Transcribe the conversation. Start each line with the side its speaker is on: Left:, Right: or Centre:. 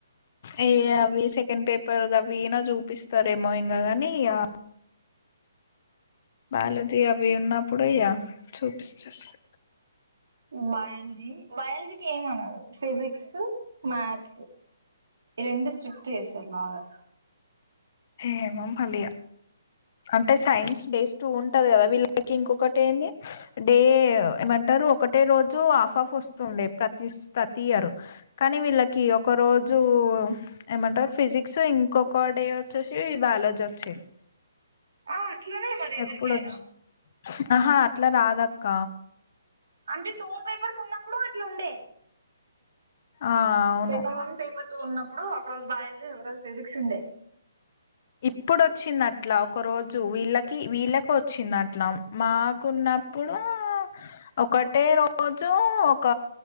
Left: ఏ అవి సెకండ్ పెప్ పేర్ గావిన జూపిస్త్ స్తారేమో ఇంకా గాని ఇగ బయాలజీ అవి ఉన్నప్పుడు ఇగ చూపిస్తేస్తా
Right: బయ్ బయాలజీకి ఏమనారు ఫిజిక్స్ మ్యాథ్స్ ఈ రెండు స్ట్రిక్ట్ చేసారు బాగా
Left: ఏమో మళ్ళీ అంటే సైన్స్ డేస్ టూ ఉంటది కదా వీళ్ళకి ఇంకొకటి ఏంది డే ఏమంటారు ఒకటే రోజు హాఫ్ హాఫ్ వస్తుండే ప్రతిస్ ప్రతి ఇయర్ కానీ వీళ్ళకి ఒక రోజు ఏమంటారు ఫిజిక్స్ ఇంకొక డే చూసి బయాలజీ వచ్చింది
Right: ఆ అట్లనే మరి ఎవరికైనా
Left: ఎప్పుడచ్ ఆహా అట్లా రాదక్క
Right: అంటే టూ పేపర్స్ ఉన్నప్పుడు అట్లు ఉండే
Left: ఆ అవును
Right: పేపర్ వన్ పేపర్ టూ ఉన్నప్పుడు ఒక రోజు బయాలజీ ఒక రోజు ఫిజిక్స్ ఉండే
Left: ఇప్పుడు వచ్చింది అట్లా ఒక రోజు వీళ్ళకి వీళ్ళకి వచ్చింది అట్లా మాకున్నప్పుడు ఒకటే రోజు ఒక